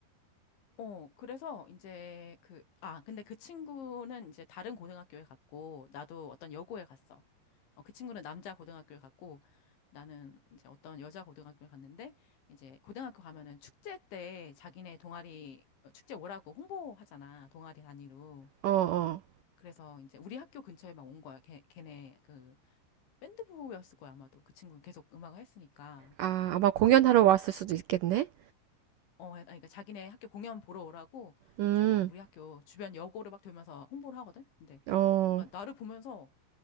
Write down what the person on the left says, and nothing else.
어, 그래서 이제 그, 아, 근데 그 친구는 이제 다른 고등학교에 갔고, 나도 어떤 여고에 갔어. 어, 그 친구는 남자 고등학교에 갔고, 나는 이제 어떤 여자 고등학교에 갔는데, 이제 고등학교 가면은 축제 때 자기네 동아리, 어, 축제 오라고 홍보하잖아, 동아리 단위로.
그래서 이제 우리 학교 근처에 막 온 거야. 걔, 걔네 그 밴드부였을 거야, 아마도. 그 친구는 계속 음악을 했으니까.
어, 아니, 그러니까 자기네 학교 공연 보러 오라고
이제 막 우리 학교 주변 여고를 막 돌면서 홍보를 하거든. 근데
약간 나를 보면서